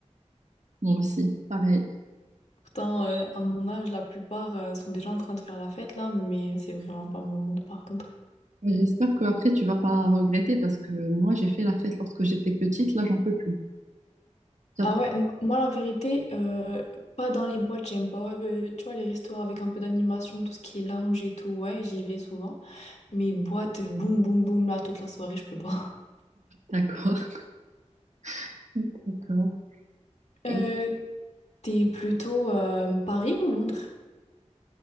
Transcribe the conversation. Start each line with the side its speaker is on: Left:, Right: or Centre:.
Right: Moi aussi, pareil.
Left: Pourtant, euh, à mon âge, la plupart euh, sont déjà en train de faire la fête là, mais c'est vraiment pas mon monde par contre.
Right: Mais J'espère que après tu vas pas regretter parce que moi j'ai fait la fête lorsque j'étais petite, là j'en peux plus. J'apprends.
Left: Ah ouais, non, moi, la vérité, euh, pas dans les boîtes, j'aime pas. Euh, tu vois, les restaurants avec un peu d'animation, tout ce qui est lounge et tout, ouais, j'y vais souvent. Mais boîte, boum, boum, boum, là, toute la soirée, je peux pas. <laughs>
Right: D'accord. <laughs> D'accord. Et
Left: Euh, t'es plutôt euh, Paris ou Londres?